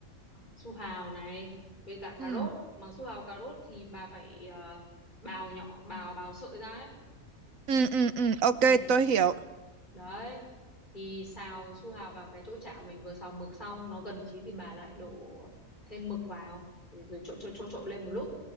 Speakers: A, on the left; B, on the right.
A: su hào này với cả cà
B: Ừ.
A: rốt mà su hào cà rốt thì bà phải à, bào nhỏ bào bào sợi ra ấy
B: Ừ ừ ừ ok
A: ừ
B: tôi hiểu.
A: đấy thì xào su hào vào cái chỗ chả mình vừa xào mực xong nó gần chín thì bà lại đổ thêm mực vào để rồi trộn trộn trộn trộn lên một lúc